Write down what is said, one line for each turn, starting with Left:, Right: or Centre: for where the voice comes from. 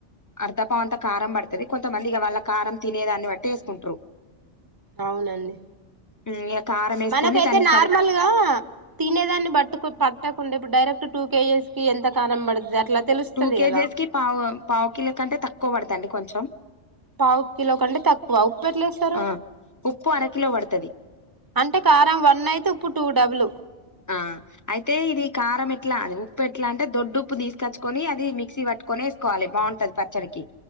Left: అర్ధ ప అంత కారం పడుతుంది కొంతమంది ఇక వాళ్ళ కారం తినేదాన్ని బట్టి వేసుకుంట్రు
Right: అవునండి
Left: హ్మ్ ఏం కారం వేసుకొని
Right: మనకైతే
Left: దానికి
Right: నార్మల్గా
Left: సరి
Right: తినేదాన్ని బట్టు పట్టకుండా ఇప్పుడు డైరెక్ట్ టూ కేజెస్ కి ఎంత కారం పడుతది అట్లా తెలుస్తది
Left: టూ కేజీస్
Right: కదా
Left: కి పావు పావు కిలో కంటే తక్కువ పడుతుండి కొంచెం
Right: పావు కిలో కంటే తక్కువ ఉప్పు ఎట్లేస్తారు
Left: ఆ ఉప్పు అరకిలో పడుతది
Right: అంటే కారం వన్ అయితే ఇప్పుడు టూ డబులు
Left: హ్మ్ అయితే ఇది కారం ఎట్లా అని ఉప్పు ఎట్లా అంటే దొడ్డు ఉప్పు తీసుకచ్చుకొని అది మిక్సీ పట్టుకొనిఏసుకోవాలి బాగుంటుది పచ్చడికి